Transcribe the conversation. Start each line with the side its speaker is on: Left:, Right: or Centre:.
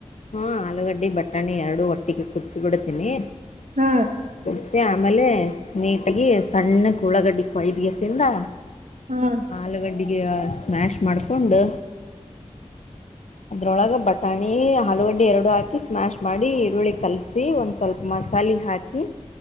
Left: ಹ್ಮ ಆಲೂಗಡ್ಡೆ ಬಟಾಣಿ ಎರಡು ಒಟ್ಟಿಗೆ ಕುದಸ ಬಿಿಡ್ತೀನಿ
Right: ಹ್ಮ
Left: ಕುಡಿಸಿ ಆಮೇಲೆ ನೀಟಾಗಿ ಸಣ್ಣ ಉಳ್ಳಾಗಡ್ಡಿ ಕೊಐದು ಗಸಿಂದ
Right: ಹ್ಮ್
Left: ಆಲೂಗಡ್ಡಿಗೆ ಸ್ಮ್ಯಾಶ್ ಮಾಡ್ಕೊಂಡು
Right: <inaudible>
Left: ಅದ್ರೊಳಗ ಬಟಾಣಿ ಆಲೂಗಡ್ಡೆ ಎರಡು ಹಾಕಿ ಸ್ಮ್ಯಾಶ್ ಮಾಡಿ ಈರುಳ್ಳಿ ಕಲಸಿ ಒಂದ್ ಸ್ವಲ್ಪ ಮಸಾಲೆ ಹಾಕಿ